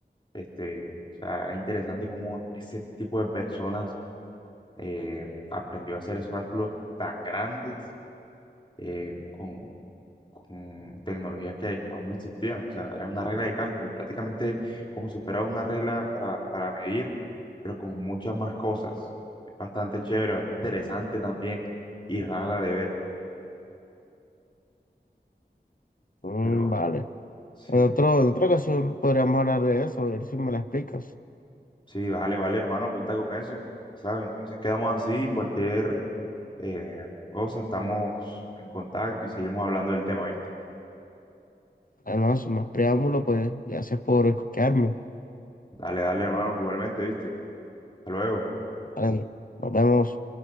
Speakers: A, on the left (about 30°); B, on the left (about 50°).
A: este, o sea, es interesante cómo ese tipo de personas eh, aprendió a hacer esos cálculos tan grandes, eh, con con tecnologías que aún no existían. O sea, era una regla de cálculo, prácticamente como si fuera una regla para, para medir, pero con muchas más cosas. Es bastante chévere, bastante interesante también y rara de ver.
B: Mm,
A: Pero
B: vale.
A: sí,
B: En otro, en otra ocasión podríamos hablar de eso, a ver si me la explicas.
A: sí, vale, vale, hermano, cuenta con eso, ¿sabes? Entonces quedamos así, cualquier eh, cosa, estamos en contacto y seguimos hablando del tema, ¿viste?
B: Además, más preámbulo, pues gracias por escucharme.
A: Dale, dale, hermano, igualmente, ¿viste? Hasta luego.
B: Vale, nos vemos.